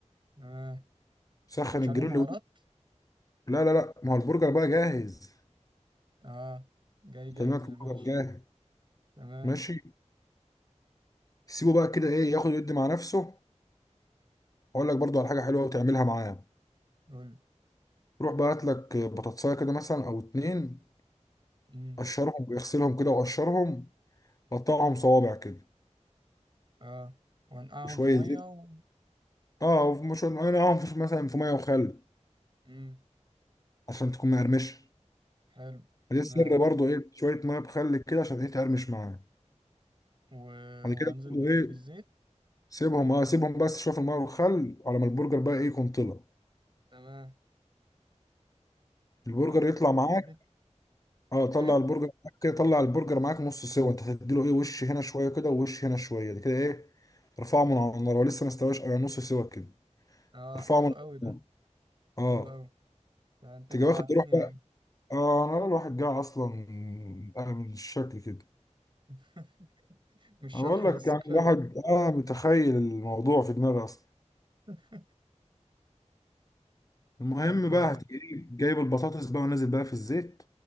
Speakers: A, on the right; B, on the left.
A: تمام
B: سخن
A: حطش
B: الجريل
A: عليهم بهارات
B: و... لا لا لا ما هو البرجر بقى جاهز
A: اه جاي جاهز
B: بكلمك
A: يا
B: البرجر
A: ماشي
B: جاهز
A: تمام
B: ماشي سيبه بقى كده ايه ياخد ويدي مع نفسه واقول لك برضو على حاجة حلوة وتعملها معاه
A: قول
B: روح بقى هات لك بطاطساية كده مثلا او اتنين
A: امم
B: قشرهم اغسلهم كده وقشرهم قطعهم صوابع كده
A: اه وانقعهم
B: وشوية
A: في مية
B: زيت
A: و...
B: اه وشوية معاهم مثلا في مية وخل
A: امم
B: عشان تكون مقرمشة
A: حلو
B: دي
A: تمام
B: السر برضو ايه شويه ميه بخل كده عشان ايه تقرمش معاه
A: و...
B: بعد
A: وانزل
B: كده برضو
A: بيهم
B: ايه
A: في الزيت
B: سيبهم اه سيبهم بس شويه في الميه والخل على ما البرجر بقى ايه يكون طلع
A: تمام
B: البرجر
A: وانزلهم
B: يطلع معاك
A: في الزيت
B: اه طلع
A: ايه
B: البرجر معاك كده طلع البرجر معاك نص سوا انت هتديله ايه وش هنا شويه كده ووش هنا شويه ده كده ايه ارفعه من على النار هو لسه ما استواش على نص سوا كده
A: اه
B: ارفعه
A: حلو
B: من
A: قوي
B: على
A: ده
B: النار اه
A: حلو قوي ده انت
B: تيجي
A: جوعتني
B: واخد تروح
A: يا
B: بقى
A: عم
B: اه انا الواحد جاي اصلا انا من الشكل كده
A: <laughs> مش
B: انا
A: شرح
B: بقول
A: بس
B: لك يعني
A: كفاية
B: الواحد اه متخيل الموضوع في دماغي اصلا
A: <laughs>
B: المهم
A: طب
B: بقى هتجيب جايب البطاطس بقى ونازل بقى في الزيت